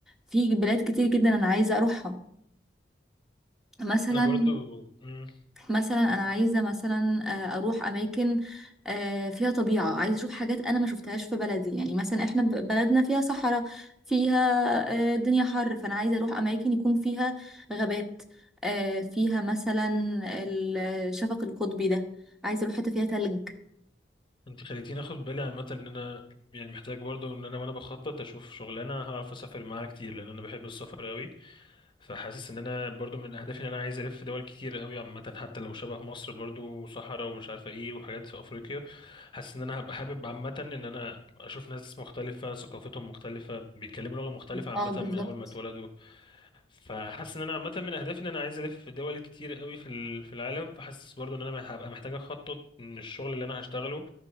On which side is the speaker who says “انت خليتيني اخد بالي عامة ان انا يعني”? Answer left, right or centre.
Left